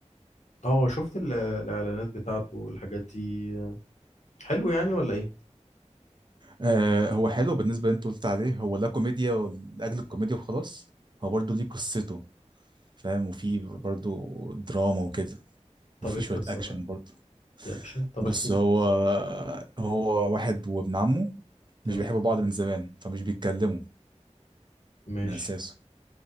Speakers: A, on the left (about 70°); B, on the right (about 40°).
A: اه شفت ال- الاعلانات بتاعته والحاجات دي حلو يعني ولا ايه
B: آه هو حلو بالنسبه اللي انت قلت عليه هو لا كوميديا لاجل الكوميديا وخلاص هو برضه ليه قصته فاهم وفي برضه دراما وكده
A: طب
B: وفي
A: ايه القصه
B: شويه اكشن
A: بقى
B: برضه
A: في اكشن طب
B: بص
A: احكي لي
B: هو
A: القصه
B: هو واحد وابن عمه
A: تمام
B: مش بيحبوا بعض من زمان فمش بيتكلموا
A: ماشي
B: من اساسه